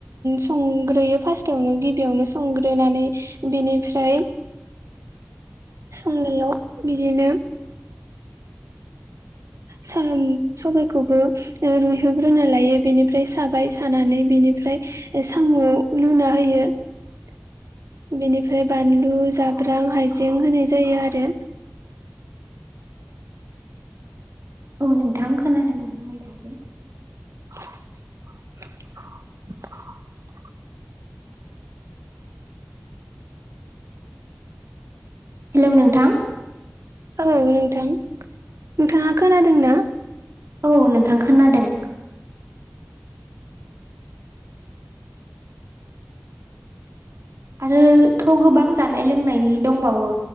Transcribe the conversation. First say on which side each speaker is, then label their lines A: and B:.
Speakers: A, on the right; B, on the right.
A: संग्रोयो फार्स्ट दावनो गिबियावनो संग्रोनानै बिनिफ्राय संनायाव बिदिनो स सबाइखौबो रुइहोग्रोना लायो बेनिफ्राय साबाय सानानै बिनिफ्राय साम'आव लुना <unintelligible> बेनिफ्राय बानलु जाब्रां हायजें होनाय जायो आरो
B: औ नोंथां खोनादों बुंबाय थादो
A: <unintelligible>
B: हेलौ नोंथां
A: औ नोंथां नोंथाङा खोनादों ना
B: औ नोंथां खोनादों आरो थ' गोबां जानाय लोंनायनि दंबावो